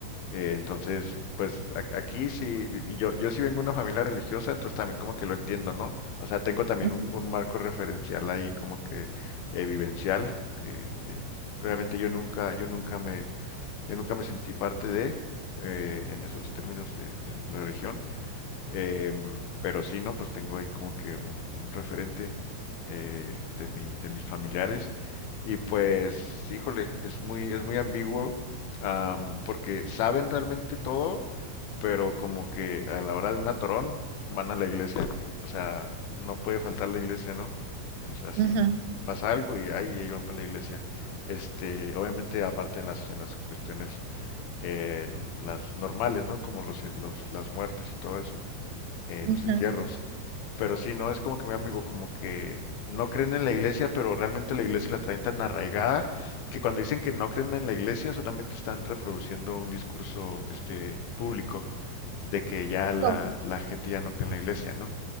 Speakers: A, on the left (about 85°); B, on the right (about 80°).
A: eh, entonces, pues a- aquí sí, y yo, yo sí vengo de una familia religiosa, entonces también como que lo entiendo, ¿no? O sea, tengo también
B: Ujú,
A: un, un marco referencial ahí como que eh, vivencial, que eh, obviamente yo nunca, yo nunca me, yo nunca me sentí parte de, eh, en esos términos de, de la religión. Em, pero sí, ¿no? Pues tengo ahí como que un, un referente eh, de mi, de mis familiares. Y pues, híjole, es muy, es muy ambiguo, am, porque saben realmente todo, pero como que a la hora de un atorón van a la iglesia. O sea, no puede faltar la iglesia, ¿no? Es así,
B: ujú,
A: pasa algo y ahí, ahí van para la iglesia. Este, obviamente, aparte en las, en las cuestiones, eh, las normales, ¿no? Como los, los, las muertes y todo eso eh,
B: ujú.
A: los entierros. Pero sí, no es como que mi amigo, como que no creen en la iglesia, pero realmente la iglesia la traen tan arraigada que cuando dicen que no creen en la iglesia, solamente están reproduciendo un discurso este público de que ya la,
B: Com-
A: la gente ya no cree en la iglesia, ¿no?